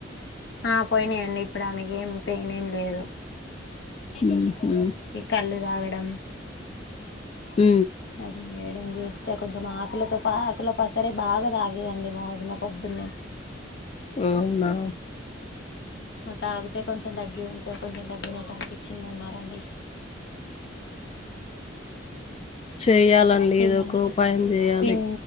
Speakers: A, on the left; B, on the left.
A: ఆ పోయినయండి ఇప్పుడు ఆమెకు ఏం పెయిన్ ఏం లేదు
B: ఉహు
A: ఈ కళ్ళు తాగడం
B: ఉ
A: అది చేయడం చూస్తే కొంచెం ఆకులతో పా ఆకుల పసుపు సరే బాగా తాగేదండి మా వదిన పొద్దున్నే
B: అవునా
A: తాగితే కొంచెం తగ్గి కొంచెం తగ్గినట్టు అనిపించింది అన్నారండి
B: చేయాలండి
A: ఈ
B: ఏదో
A: మళ్ళీ
B: ఒక ఉపాయం చేయాలి
A: పిం